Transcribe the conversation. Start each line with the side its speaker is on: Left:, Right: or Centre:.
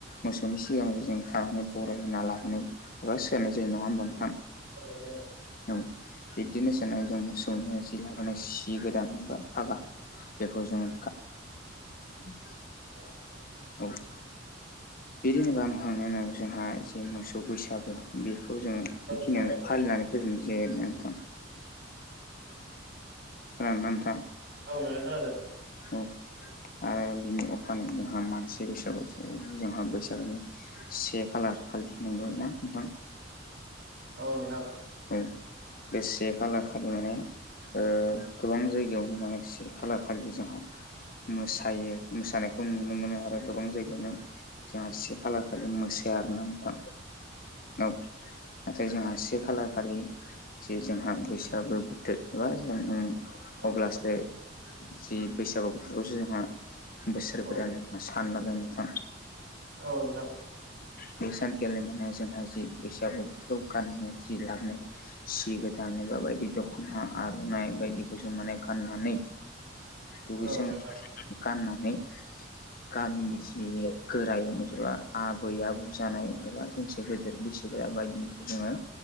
Left: मोसौनि सिगांजों थानानै बरायहोना लाबोनाय एबा सोनाय जायो नङा होमबा नोंथां?
Right: <inaudible>
Left: औ बिब्दिनो सानाय जों मोसौनो जि लाबोनाय सि गोदानबा फागा बेखौ जोङो <unintelligible>
Right: औ नोंथां औ।
Left: औ। <unintelligible> <unintelligible> गानखांनायनि उनाव जोंहा जे मोसौ बैसागु बेखौ जोङो
Right: औ
Left: बेखिनियावनो
Right: नोंथां
Left: फालिनानै फोजोबनिसै आरोना नोंथां
Right: उम
Left: खोनादोंना नोंथाङा?
Right: औ नोंथां खोनादों।
Left: औ। आरो बिनि अखानायै जोंहा मानसि बैसागु <unintelligible> जोंहा बैसागोनि से खालार खालि नंगौ ना नोंथां?
Right: औ नोंथां।
Left: औ बे से खालार खालि माने ओ गोबां जायगायावनो माने से खालार खालि जोंहा मोसायो मोसानायखौ नुनो मोनो आरो गोबां जायगायावनो जोंहा से खालार खालि मोसाया आरोना नोंथां औ नाथाय जोंहा से खालार खालि जे जोंहा बैसागो बोथोर एबा जों
Right: औ
Left: अब्लासो जि बैसागु बोथोरावसो जोंहा बोसोर
Right: औ
Left: गोदान सानना लायो नोंथां
Right: औ नोंथां
Left: बे सानखालि माने जोंहा जि बैसागु बोथोराव गाननो जि लाबोनाय सि गोथां एबा बायदि दख'ना आर'नाइ बायदिखौ जों माने गाननानै दुगैस्रां
Right: औ नोंथां
Left: लोबस्रां गाननानै गामिनि जि गोरायुं जोंहा आबै आब बौ जानाय एबा जोंसे गेदेर बैसोगोरा बायदिफोरखौ जोङो